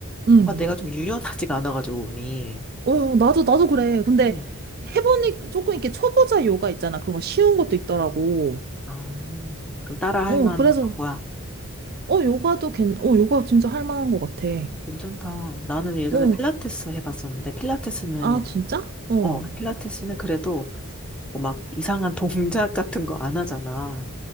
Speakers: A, on the right (about 45°); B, in the centre.
A: 응.
B: 아, 내가 좀 유연하지가 않아가지고, 몸이.
A: 어, 어, 나도, 나도 그래. 근데
B: 음.
A: 해보니 조금 이렇게 초보자 요가 있잖아. 그런 거 쉬운 것도 있더라고.
B: 아, 그럼 따라 할
A: 어,
B: 만한
A: 그래서,
B: 거야.
A: 어, 요가도 괜, 어, 요가 진짜 할 만한 것 같아.
B: 괜찮다. 나는 예전에
A: 어,
B: 필라테스 해봤었는데, 필라테스는,
A: 아, 진짜? 어.
B: 어, 필라테스는 그래도 뭐막 이상한 동작 같은 거 안 하잖아.